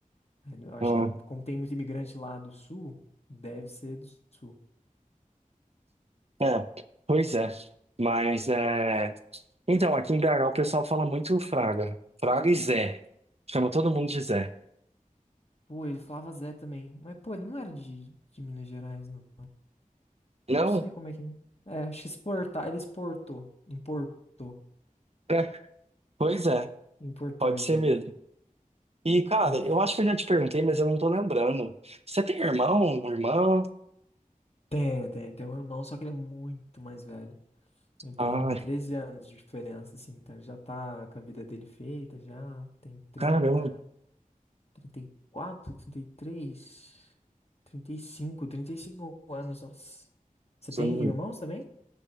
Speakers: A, on the left; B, on the right.
A: Aí Eu acho
B: hum,
A: que, como tem muito imigrante lá do Sul, deve ser do Sul.
B: é, pois é. Mas é. Então, aqui em BH o pessoal fala muito Fraga. Fraga e Zé. Chama todo mundo de Zé.
A: Pô, ele falava Zé também. Mas, pô, ele não era de, de Minas Gerais, não.
B: Não?
A: Não sei como é que. É, É, acho que exportar. Ele exportou. Importou.
B: É, pois é,
A: Importou
B: pode
A: a gíria.
B: ser mesmo. E, cara,
A: <laughs>
B: eu acho que eu já te perguntei, mas eu não tô lembrando. Você tem irmão, irmã?
A: Tem, tem. Tem um irmão, só que ele é muito mais velho. Ele tem
B: Ah,
A: 13 anos de diferença, assim. Então ele já tá com a vida dele feita, já tem trinta,
B: caramba.
A: trinta trinta trinta e e quatro, três, trinta e cinco, trinta e cinco anos. Nossa. Você
B: Sim.
A: tem irmãos também?